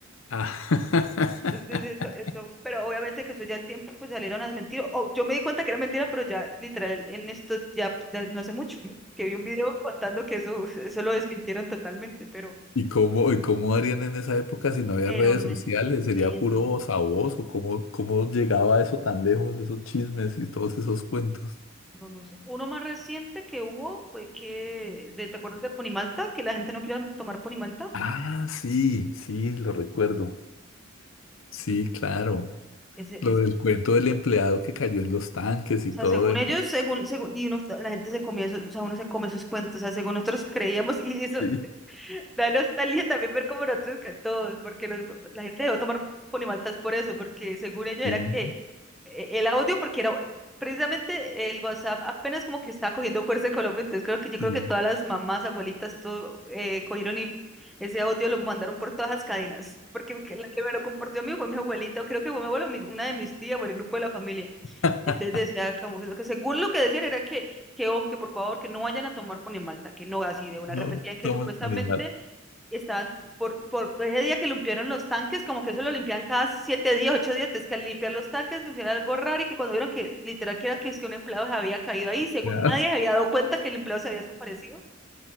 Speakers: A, on the left; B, in the centre.
A: Ah, <laughs>
B: Entonces, eso, eso, pero obviamente que eso ya el tiempo, pues salieron a desmentir. O yo me di cuenta que era mentira, pero ya literal en esto ya, ya no hace mucho que vi un video contando que eso, eso lo desmintieron totalmente, pero,
A: ¿Y cómo, y cómo harían en esa época si no había
B: pero
A: redes
B: no
A: sociales?
B: entiendo,
A: ¿Sería puro voz a voz? ¿O cómo, cómo llegaba eso tan lejos, esos chismes y todos esos cuentos?
B: no, no sé. Uno más reciente que hubo fue que, de- ¿te acuerdas de Ponimalta? Que la gente no quería tomar Ponimalta.
A: Ah, sí, sí, lo recuerdo. Sí,
B: Sí.
A: claro.
B: Ese,
A: Lo
B: es,
A: del
B: o
A: cuento del empleado que cayó en los tanques y
B: sea,
A: todo
B: según
A: eso.
B: ellos, según, según, y uno, la gente se comía eso, o sea, uno se come esos cuentos, o sea, según nosotros creíamos, y eso,
A: Sí,
B: Da nostalgia también ver como nosotros que todos, porque los, la gente dejó tomar Fonimaltas por eso, porque según ellos
A: sí,
B: era que eh, el audio, porque era precisamente el WhatsApp apenas como que estaba cogiendo fuerza en Colombia, entonces creo que yo
A: sí.
B: creo que todas las mamás, abuelitas, todo eh, cogieron y ese audio lo mandaron por todas las cadenas, porque que- la que me lo compartió a mí fue mi abuelita, o creo que fue mi abuelo, mi- una de mis tías o el grupo de la familia.
A: <laughs>
B: Entonces decía como que, que según lo que decían era que que ojo, que por favor, que no vayan a tomar Ponimalta, que no, así de una
A: No,
B: repetían que
A: somos
B: supuestamente
A: animal.
B: y estaban por, por ese día que limpiaron los tanques, como que eso lo limpian cada siete días, ocho días, entonces que al limpiar los tanques que hicieron algo raro y que cuando vieron que literal que era que es que un empleado se había caído ahí, según
A: Ya.
B: nadie se había dado cuenta que el empleado se había desaparecido,